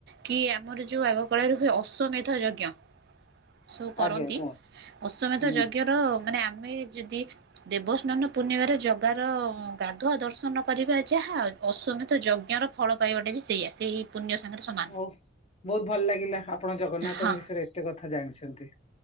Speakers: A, on the right; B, on the left.
A: କିଏ ଆମର ଯୋଉ ଆଗ କଳରେ ହୁଏ ଅଶ୍ଵ ମେଧ ଯଜ୍ଞ ସୁ କରନ୍ତି
B: ଆଜ୍ଞା କୁହନ୍ତୁ
A: ଅଶ୍ଵମେଧ
B: ହୁଁ
A: ଯଜ୍ଞ ର ମାନେ ଆମେ ଯଦି ଦେବସ୍ନାନ ପୂର୍ଣ୍ଣିମାରେ ରେ ଜଗ ର ଗାଧୁଆ ଦର୍ଶନ କରିବା ଯାହା ଅସ୍ଵମେଧ ଯଜ୍ଞର ଫଳ ପାଇବା ଟା ବି ସେଇଆ ସେଇ ପୂନ୍ୟ ସାଙ୍ଗରେ ସମାନେ।
B: ହଉ ବହୁତୁ ଭଲ ଲାଗିଲା ଆପଣ ଜଗନ୍ନାଥଙ୍କ
A: ହଁ
B: ବିଷୟରେ ଏତେ କଥା ଜାଣିଛନ୍ ନ୍ତି